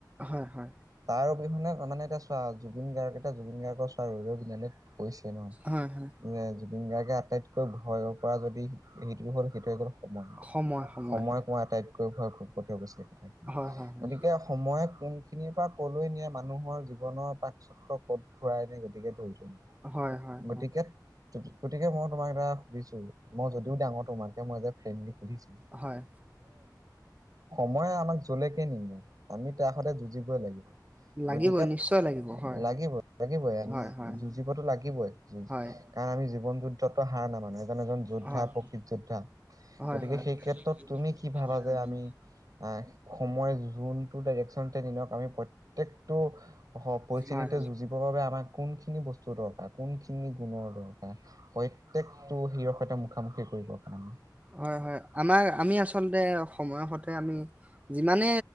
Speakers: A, on the right; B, on the right.
A: হয় হয়।
B: তাৰ অবিহনে মানে এটা চোৱা জুবিন গাৰ্গ এতিয়া জুবিন গাৰ্গৰ চোৱা ৰৈ ৰৈ বিনালেত কৈছে ন,
A: হয় হয়
B: যে জুবিন গাৰ্গে আটাইতকৈ ভয় কৰা যদি সেইটো হ'ল সেইটোৱে হ'ল সময়,
A: সময় সময়।
B: সময়ক মই আটাইতকৈ ভয় কৰো। কৈ থৈ গৈছে কথাখিনি,
A: হয় হয় হয়।
B: গতিকে সময়ে কোনখিনিৰ পৰা ক'লৈ নিয়ে মানুহৰ জীৱনৰ পাক চক্ৰ ঘুৰাই নিয়ে গতিকে ধৰি থ।
A: হয় হয় হয়
B: গতিকে গতিকে মই তোমাক এটা সুধিছো, মই যদিও ডাঙৰ তোমাতকে মই যে ফ্ৰেণ্ডলি সুধিছো।
A: হয়।
B: সময় আমাক যলৈকে নিনোক। আমি তাৰ সৈতে যুঁজিবই লাগিব,
A: লাগিবই
B: গতিকে
A: নিশ্চয় লাগিব হয়
B: লাগিবই। লাগিবই আমি
A: হয় হয়।
B: যুঁজিবতো লাগিবই। কাৰণ
A: হয়।
B: আমি জীৱন যুদ্ধতটো হাৰ নামানো এজন এজন যোদ্ধা
A: হয়
B: প্ৰকৃত যোদ্ধা।
A: হয়।
B: গতিকে
A: হয়
B: সেই ক্ষেত্ৰত তুমি কি ভাবা যে আমি আহ সময় যোনটো ডাইৰেকশ্যনতে নিনিয়ক আমি প্ৰত্যকটো পৰিস্থিতিতে
A: হয়।
B: যুঁজি বৰ বাবে আমাক কোনখিনি বস্তুৰ দৰকাৰ কোনখিনি গুণৰ দৰকাৰ? প্ৰত্যযকটো হি'ৰৰ সৈতে মুখামুখি কৰিবৰ কাৰণে।
A: হয় হয় হয় আমাৰ আমি আচলতে সময় সতে আমি যিমানে